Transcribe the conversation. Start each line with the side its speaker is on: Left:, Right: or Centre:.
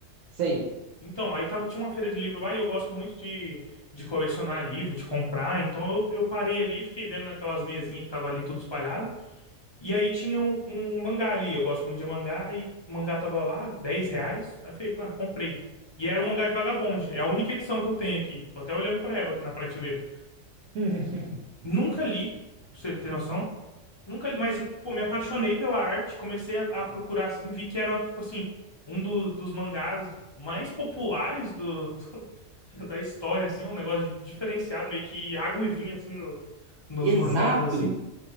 Right: Sei.
Left: Então, aí tava, tinha uma feira de livro lá e eu gosto muito de, de colecionar livro, de comprar. Então eu, eu parei ali, fiquei vendo naquelas mesinhas que tava ali tudo espalhado. E aí tinha um, um mangá ali. Eu gosto muito de mangá e o mangá tava lá, 10 reais. Aí eu falei, pá, comprei. E era um mangá de Vagabond. É a única edição que eu tenho aqui. Tô até olhando pra ela aqui na prateleira.
Right: <laughs>
Left: Nunca li, pra você ter noção. Nunca li, mas, pô, me apaixonei pela arte. Comecei a, a procurar, assim, vi que era, tipo assim, um do- dos mangás mais populares do, <laughs> da história, assim. é Um negócio de- diferenciado, meio que água e vinho, assim, no- nos mangás,
Right: Exato.
Left: assim.